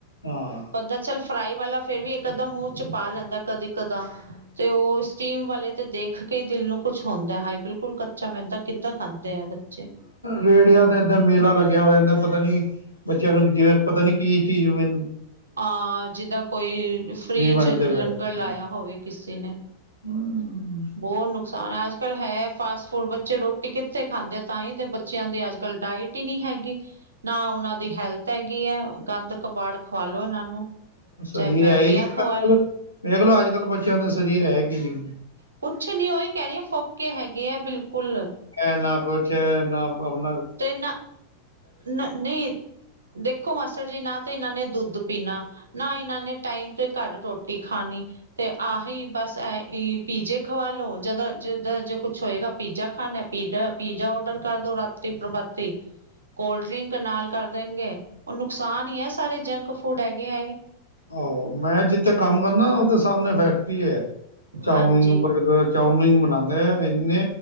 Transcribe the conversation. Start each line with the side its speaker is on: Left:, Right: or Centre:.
Left: ਆਂ।
Right: ਖਾਦਾ ਚੱਲ ਫਰਾਈ ਵਾਲਾ ਫੇਰ ਵੀ ਇੱਕ ਅੱਧਾ ਮੂੰਹ ਚ ਪਾ ਲੈਂਦੈ ਕਦੀ-ਕਦਾ, ਤੇ ਓਹ ਸਟੀਮ ਵਾਲੇ ਤੇ ਦੇਖ ਕੇ ਈ ਦਿਲ ਨੂੰ ਕੁੱਛ ਹੁੰਦੈ ਹਾਏ ਬਿਲਕ ਕੁਲ ਕੱਚਾ ਮੈਦਾ ਕਿੱਦਾਂ ਖਾਂਦੇ ਐ ਬੱਚੇ?
Left: ਰੇੜੀਆਂ ਤੇ ਏਦੇ ਮੇਲਾ ਲੱਗਿਆ ਲੈਂਦੈ, ਪਤਾ ਨੀ ਬੱਚਿਆਂ ਨੂੰ ਜਿਵੇਂ ਪਤਾ ਨੀ ਕੀ ਚੀਜ਼ ਵੇ।
Right: ਆਂ ਜਿਦਾਂ ਕੋਈ ਫਰੀ
Left: ਵੰਡਦੇ
Right: ਚ ਲੰਗਰ
Left: ਪਏ
Right: ਲਾਇਆ
Left: ਹਾਂ
Right: ਹੋਵੇ ਕਿਸੀ ਨੇ।
Left: <unintelligible>
Right: ਬੌਤ ਨੁਕਸਾਨ ਐ, ਅੱਜ ਕੱਲ੍ਹ ਹੈ ਫਾਸਟ-ਫੂਡ। ਬੱਚੇ ਰੋਟੀ ਕਿੱਥੇ ਖਾਂਦੇ ਐ, ਤਾਂਹੀ ਤੇ ਬੱਚ ਚਿਆਂ ਦੀ ਅੱਜ-ਕੱਲ ਡਾਇਟ ਈ ਨ੍ਹੀਂ ਹੈਗੀ। ਨਾ ਓਹਨਾਂ ਦੀ ਹੈਲਥ ਹੈਗੀ ਐਂ। ਗੰਦ ਕਬਾੜ ਖਵਾਲੋ ਐਹਨਾਂ ਨੂੰ।
Left: ਸਰੀਰ
Right: ਚਾਏ ਮੈਗੀਆਂ
Left: ਹੈ ਹੀ ਨੀ
Right: ਖਵਾ ਲੋ।
Left: ਵੇਖਲੋ ਅੱਜ-ਕੱਲ ਬੱਚਿਆਂ ਦਾ ਸਰੀਰ ਹੈ ਕੀ ਏ।
Right: ਕੁਛ ਨੀ, ਓਈ ਕੈ ਰੀ ਆ ਫੋਕੇ ਹੈਗੇ ਐ ਬਿਲਕੁਲ।
Left: ਐ ਨਾ ਕੁਛ ਨਾ ਅਪਣਾ
Right: ਤੇ ਨਾ, ਨ ਨਹੀਂ ਦੇਖੋ ਮਾਸੜ ਜੀ, ਨਾ ਤੇ ਇਹਨਾਂ ਨੇ ਦੁੱਧ ਪੀਣਾ ਨਾ ਇਹਨਾਂ ਨੇ ਟਾਈਮ ਤੇ ਘਰ ਰੋਟੀ ਖਾਣੀ। ਤੇ ਆਹੀ ਬਸ ਐ ਏ ਪੀਜ਼ੇ ਖਵਾ ਲੋ ਜਦੋਂ ਜਿੱਦਾ ਜੇ ਕੁਛ ਹੋਏਗਾ ਪੀਜਾ ਖਾਣੈ। ਪੀਡਾ ਪੀਜ਼ਾ ਓਡਰ ਕਰ ਦੋ ਰਾਤੀ-ਪ੍ਰਬਾਤੀ। ਕੋਲਡ-ਡਰਿੰਕ ਨਾਲ ਕਰ ਦੇਣਗੇ, ਓਹ ਨੁਕਸਾਨ ਈ ਐ ਸਾਰੇ ਜੰਕ-ਫੂਡ ਹੈਗੇ ਹੈਗੇ।
Left: ਆਹੋ, ਮੈਂ ਜਿੱਥੇ ਕੰਮ ਕਰਨਾ ਨਾ ਓਹਦੇ ਸਾਮਣੇ ਫੈਕਟਰੀ ਐ। ਚਾਓਮੀਨ,
Right: ਹਾਂਜੀ
Left: ਬਰਗਰ ਚਾਓਮੀਨ ਬਣਾਦੇ ਐ, ਇਨੇ